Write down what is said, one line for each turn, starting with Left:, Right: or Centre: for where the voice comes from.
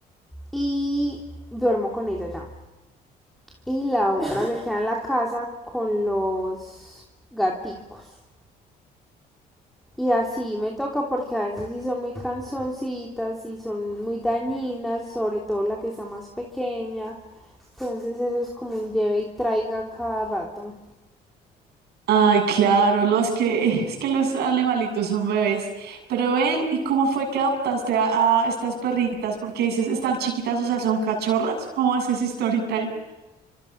Centre: y duermo con ella ya. Y la otra se queda en la casa con los gaticos. Y así me toca porque a veces sí son muy cansoncitas y son muy dañinas, sobre todo la que está más pequeña. Entonces eso es como un lleve y traiga cada rato.
Right: Ay, claro, no, es que, es que los animalitos son bebés. Pero ven, ¿y cómo fue que adoptaste a, a estas perritas? Porque dices, están chiquitas, o sea, son cachorras. ¿Cómo es ese story time? <laughs>